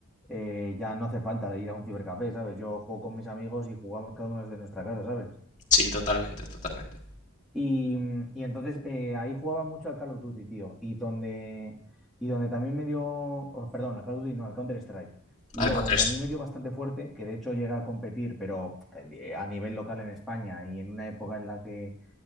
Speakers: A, in the centre; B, on the left.
A: eh, ya no hace falta ir a un cibercafé, ¿sabes? Yo juego con mis amigos y jugamos cada uno desde nuestra casa, ¿sabes?
B: Sí, totalmente, totalmente.
A: Y, y entonces eh, ahí jugaba mucho al Call of Duty, tío. Y donde, y donde también me dio, oh, perdón, al Call of Duty, no, al Counter-Strike. Y
B: Al
A: luego
B: contrario.
A: donde a mí me dio bastante fuerte, que de hecho llega a competir, pero eh, a nivel local en España y en una época en la que,